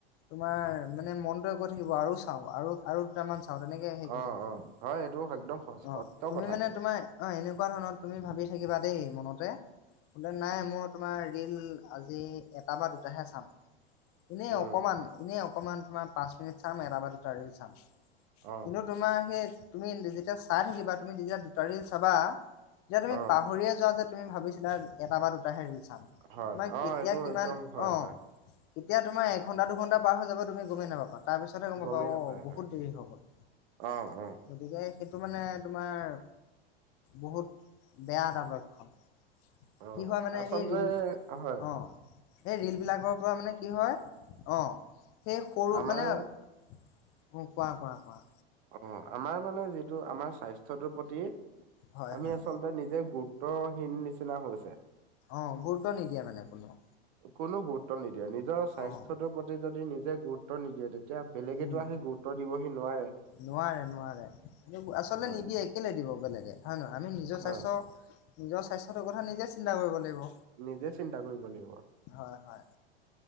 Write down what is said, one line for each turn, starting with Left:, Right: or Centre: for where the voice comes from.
Left: তোমাৰ মানে মনতোৱে কয় থাকিব আৰু চাওঁ আৰু আৰু দুটামান চাওঁ। চাওঁ তেনেকে হে কৰি
Right: অ
Left: থাকিব
Right: অ
Left: অ'
Right: হয় এইটো একদম স- সত্য
Left: তুমি
Right: কথা
Left: মানে
Right: এইটো
Left: তোমাৰ। অ' এনেকুৱা ধৰণৰ তুমি ভাবি থাকিবা দেই মনতে বোলে নাই মই তোমাৰ ৰিল আজি এটা বা দুটাহে চাম। এনেই
Right: উম
Left: অকমান এনেই অকমান তোমাৰ পাঁচ মিনিট চাম এটা বা দুটা ৰিল চাম।
Right: অ
Left: কিন্তু তোমাৰ সেই তুমি যেতিয়া চাই থাকিবা তুমি যেতিয়া দুটা ৰিল চাবা। যেতিয়া তুমি
Right: অ
Left: পাহৰিয়ে যোৱা যে তুমি ভাবিছিলা এটা বা দুটাহে ৰিল চাম। তোমাৰ
Right: হয় অ
Left: কেতিয়া
Right: এইটো
Left: কিমান
Right: একদম হয়
Left: অ'
Right: হয়
Left: কেতিয়া তোমাৰ এঘণ্টা দুঘণ্টা পাৰ হৈ যাব, তুমি গমেই নাপাবা, তাৰ পিছতহে গ'ম
Right: গমেই
Left: পাবা
Right: নাপায়
Left: অ' বহুত
Right: হয়
Left: দেৰি হৈ গ'ল।
Right: অ' অ'
Left: গতিকে সেইটো মানে তোমাৰ বহুত বেয়া এটা লক্ষণ।
Right: অ
Left: কি হয় মানে,
Right: আচলতে
Left: সেই ৰিল
Right: হয়
Left: অ' এই ৰিল বিলাকৰ পৰা মানে কি হয়। অ' সেই সৰু
Right: আমাৰ
Left: মানে অ' কোৱা কোৱা কোৱা।
Right: অ' আমাৰ মানে যিটো আমাৰ স্বাস্থ্য টোৰ প্ৰতি।
Left: হয়
Right: আমি
Left: হয়
Right: আচলতে নিজে গুৰুত্বহীন নিচিনা হৈছে।
Left: অ' গুৰুত্ব নিদিয়ে মানে কোনো।
Right: কোনো গুৰুত্ব নিদিয়ে নিজৰ স্বাস্থ্যটোৰ
Left: অ
Right: প্ৰতি যদি নিজে গুৰুত্ব। গুৰুত্ব নিদিয়ে, তেতিয়া বেলেগেতো
Left: উম
Right: আহি গুৰুত্ব দিবহি নোৱাৰে।
Left: নোৱাৰে নোৱাৰে আচলতে
Right: হয়
Left: নিদিয়ে। কেলে দিব বেলেগে হয় নে নহয় আমি নিজৰ
Right: হয়
Left: স্বাস্থ্য। নিজৰ স্বাস্থ্যটোৰ কথা নিজে চিন্তা কৰিব লাগিব।
Right: নিজে চিন্তা কৰিব লাগিব।
Left: হয়, হয়।